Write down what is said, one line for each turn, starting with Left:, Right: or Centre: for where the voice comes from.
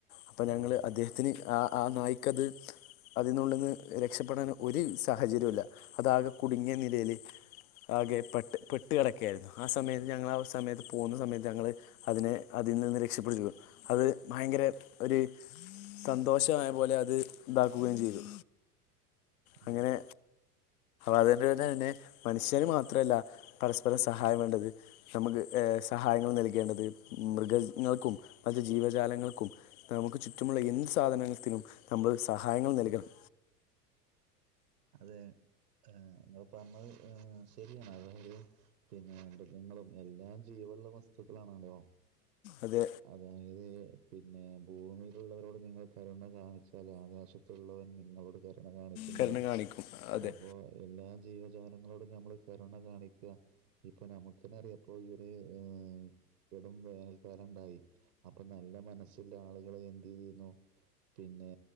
Left: അപ്പൊ ഞങ്ങള്
Right: ഉം
Left: അദ്ദേഹത്തിന് ആഹ് ആഹ് നായ്ക്കത് അതിൻ്റെ ഉള്ളീന്ന് രക്ഷപ്പെടാൻ ഒരു സാഹചര്യം ഇല്ല. അതാകെ കുടുങ്ങിയ നിലയില് ആകെ പെട്ട് പെട്ട് കിടക്കയായിരുന്നു. ആഹ് സമയം ഞങ്ങൾ ആ സമയത്ത് പോകുന്ന സമയത്ത് ഞങ്ങൾ അതിനെ ഇതിൽ നിന്ന് രക്ഷപ്പെടുത്തിയപ്പോ അത് ഭയങ്കര ഒരു സന്തോഷമായ പോലെ അത് ഇതാക്കുകയും ചെയ്തു.
Right: ഉം
Left: അങ്ങനെ അതുകൊണ്ട് പിന്നെ മനുഷ്യന് മാത്രമല്ല പരസ്പരം സഹായം വേണ്ടത്. നമുക്ക് ഏഹ് സ സഹായങ്ങൾ നൽകേണ്ടത് മൃഗങ്ങൾക്കും മറ്റ് ജീവജാലങ്ങൾക്കും നമുക്ക് ചുറ്റുമുള്ള എന്ത് സാ- ധനത്തിനും നമ്മൾ സഹായങ്ങൾ നൽകണം.
Right: അതെ. ആഹ് നിങ്ങൾ പറഞ്ഞത് ശരിയാണ്. അതായത് പിന്നെ മൃഗങ്ങളും എല്ലാം ചെയ്യോ- ലുള്ള വസ്തുക്കളാണല്ലോ.
Left: അത്
Right: അതായത് പിന്നെ, ഭൂമിയിലുള്ളവരോട് നിങ്ങൾ കരുണ കാണിച്ചാല്, ആകാശത്തുള്ളവൻ നിങ്ങളോട് കരുണ കാണിക്കുന്നാണ്.
Left: കരുണ കാണിക്കും അതെ
Right: അപ്പൊ എല്ലാ ജീവജാലങ്ങളോടും ഞമ്മള്- കരുണ കാണിക്ക. ഇപ്പോ നമുക്കന്നെ അറിയാ ഇപ്പോ ഈ ഒര്- കൊടും വേനൽക്കാലം ഉണ്ടായി അപ്പൊ നല്ല മനസ്സുള്ള ആളുകള് എന്ത് ചെയ്തിരുന്നു പിന്നെ